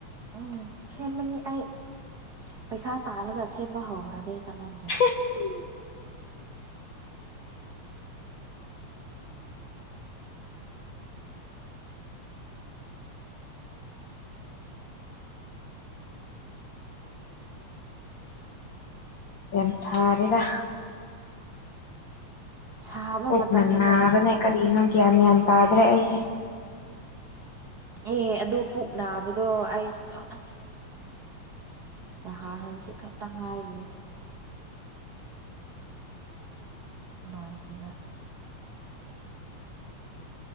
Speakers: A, on the right; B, on the left.
A: ꯎꯝ ꯁꯦꯝꯃꯅꯤ ꯑꯩ ꯄꯩꯁꯥ ꯇꯥꯜꯂꯒ ꯁꯦꯝꯕ ꯍꯧꯈ꯭ꯔꯒꯦ ꯑꯩ ꯀꯥꯟꯅꯗ꯭ꯔꯦ
B: <unintelligible> ꯌꯥꯝ ꯁꯥꯔꯦꯗ
A: ꯁꯥꯕ
B: ꯄꯨꯛꯅ
A: ꯃꯇꯝꯅꯤꯅ
B: ꯅꯥꯕꯅꯦ
A: ꯎꯄꯥꯏ ꯂꯩꯇꯦ
B: ꯀꯔꯤꯅꯣ
A: ꯑꯁ
B: ꯒꯌꯥꯟ ꯃ꯭ꯌꯥꯟ ꯇꯥꯗ꯭ꯔꯦ ꯑꯩꯁꯦ
A: ꯑꯦ ꯑꯗꯨ ꯄꯨꯛ ꯅꯥꯕꯗꯣ ꯑꯩꯁ ꯑꯁ ꯅꯍꯥꯟ ꯍꯥꯡꯆꯤꯠ ꯈꯛꯇ ꯉꯥꯏꯔꯤ ꯂꯣꯏꯈꯤꯕ